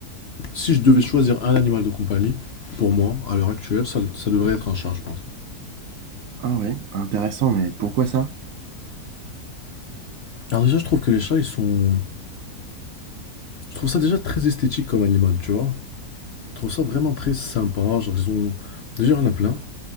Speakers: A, on the left (about 50°); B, on the right (about 65°).
A: Si je devais choisir un animal de compagnie, pour moi, à l'heure actuelle, ça, ça devrait être un chat, je pense.
B: Ah ouais, intéressant, mais pourquoi ça?
A: Alors déjà, je trouve que les chats, ils sont... Je trouve ça déjà très esthétique comme animal, tu vois. Je trouve ça vraiment très sympa. Genre, ils ont... Déjà, il y en a plein.